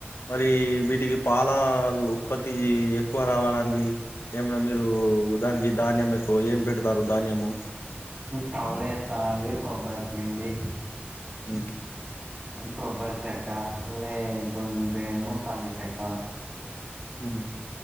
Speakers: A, on the left; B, on the right.
A: మరి వీటికి పాల ఉత్పత్తి ఎక్కువ రావడానికి ఏమనా మీరు దానికి ధాన్యం ఎక్కువ ఏం పెడతారు ధాన్యము.
B: తవుడు ఎస్తామండి, కొబ్బరి పిండి
A: హ్
B: కొబ్బరి చెక్క లేకుంటే ఏమె పల్లి చెక్క.
A: ఉహ్